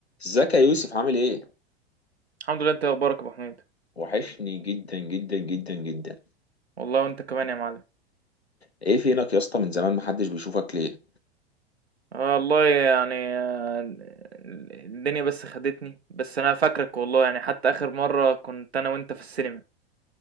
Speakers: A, on the left (about 80°); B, on the right (about 80°).
A: ازيك يا يوسف عامل ايه؟
B: الحمد لله انت اخبارك يا ابو حميد
A: وحشني جدا جدا جدا جدا
B: والله وانت كمان يا معلم
A: ايه فينك يا اسطى من زمان محدش بيشوفك ليه؟
B: آه والله يعني آه، الدنيا بس خدتني بس انا فاكرك والله يعني حتى اخر مره كنت انا وانت في السينما